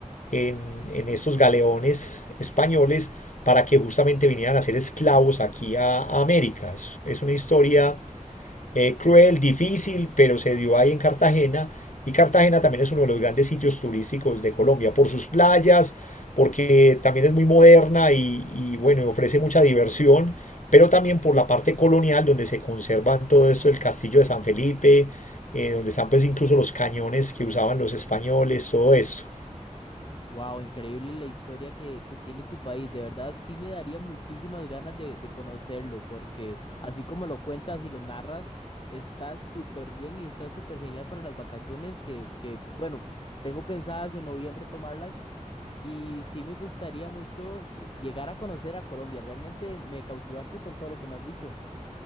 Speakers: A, on the left; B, on the left.
A: en, en estos galeones españoles para que justamente vinieran a ser esclavos aquí a, a América. Es una historia eh, cruel, difícil, pero se dio ahí en Cartagena. Y Cartagena también es uno de los grandes sitios turísticos de Colombia, por sus playas, porque también es muy moderna y, y bueno, ofrece mucha diversión, pero también por la parte colonial, donde se conservan todo esto, el castillo de San Felipe, eh, donde están pues incluso los cañones que usaban los españoles, todo eso.
B: Wow, increíble la historia que, que tiene tu país. De verdad, sí me daría muchísimas ganas de, de conocerlo, porque así como lo cuentas y lo narras, está súper bien y está súper genial para las vacaciones que, que, bueno, tengo pensadas en noviembre tomarlas. Y sí me gustaría mucho eh, llegar a conocer a Colombia. Realmente me cautivaste con todo lo que me has dicho.